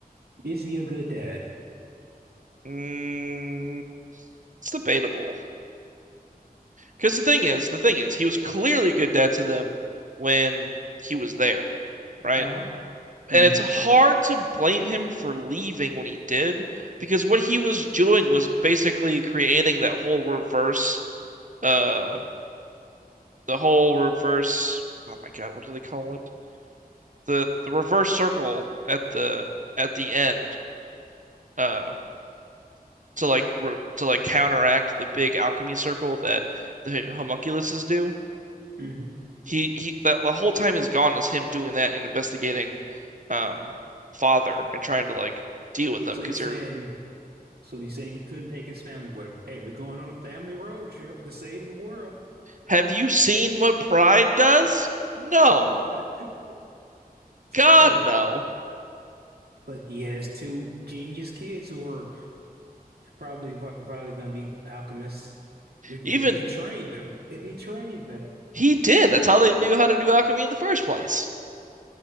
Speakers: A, on the right; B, on the right.
A: Is he a good dad?
B: Mm, it's debatable because the thing is, the thing is, he was clearly a good dad to them when he was there, right?
A: Uh-huh. hmm
B: And it's hard to blame him for leaving when he did, because what he was doing was basically creating that whole reverse, uh, the whole reverse. Oh my God, what do they call it? The the reverse circle at the at the end, uh, to like re to like counteract the big alchemy circle that the homunculuses do.
A: hmm
B: He he, the, the whole time is gone is him doing that and investigating, um, father and trying to like deal with them
A: So
B: because
A: you're saying
B: they're
A: So he's saying he couldn't take his family with him. Hey, we're going on a family road trip to save the world.
B: Have you seen what pride does? No.
A: <laughs>
B: God,
A: True.
B: no.
A: But he has two genius kids who are probably probably going to be alchemists. If,
B: Even
A: if he trained them. If he trained them.
B: he did. That's how they knew how to do alchemy in the first place.